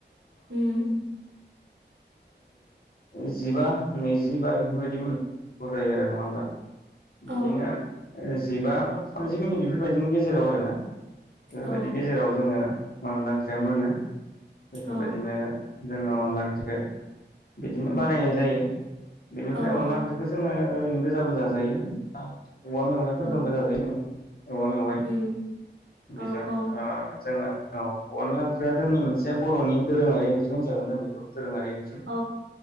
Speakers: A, on the right; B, on the left.
A: उम।
B: उ जिबा नैजिबा बेफोरबायदि बो जायो आरो नङा होमबा
A: औ
B: बिदिनो जिबा बा थामजि मिनिट बेफोरबायदिनि गेजेराव आरो ना बेफोरबायदि
A: औ
B: गेजेराव जोङो अनलांख्रिया मोनो बेफोर
A: औ
B: बायदिनो जोङो अनला ओंख्रिखौ बिदिनो बानायनाय जायो बेनिफ्राय
A: औ
B: अनला
A: औ
B: ओंख्रिखौ जोङो ओरैनो गोजा गोजा जायो। औ। औवा मेवनायफोरजोंबो
A: औ
B: जाजायो औवा मेवाइ
A: उम औ
B: बेजों
A: औ
B: ओ जोङो औ अनला ओंख्रिया जोंनि मोनसे जे बर'नि दोरोङारि ओंख्रिहोन जागोन जों बेखौ रोंङारि ओंथि
A: औ